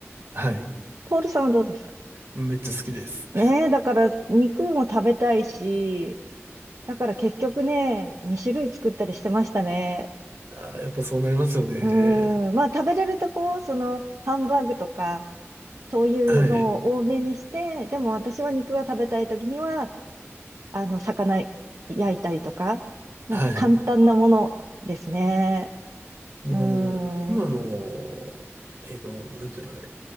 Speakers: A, on the right; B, on the right.
A: はい。
B: ポールさんはどうですか
A: めっちゃ好きです。
B: ねえ、だから肉も食べたいし、だから結局ね、2種類作ったりしてましたね。
A: あー、やっぱそうなりますよね。
B: うーん。まあ食べれるとこ、その、ハンバーグとか、そういうのを多めにして、
A: はい。
B: でも私は肉が食べたい時には、あの、魚焼いたりとか、なんか簡単なものですね。
A: はい。もうあの、
B: うーん。
A: 今の、えっと、なんていうのあれ。